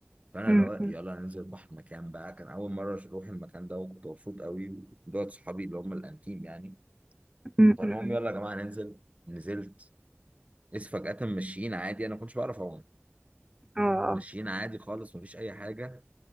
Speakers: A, on the right; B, on the right.
A: فانا
B: امم
A: اللي هو
B: امم
A: يلا ننزل بحر مكان بقى كان اول مره اروح المكان ده وكنت مبسوط قوي ودول صحابي اللي هم الانتيم يعني
B: امم
A: فالمهم
B: امم
A: يلا يا جماعه ننزل نزلت اس فجاه ماشيين عادي انا ما كنتش بعرف اعوم
B: اه اه
A: ماشيين عادي خالص مفيش اي حاجه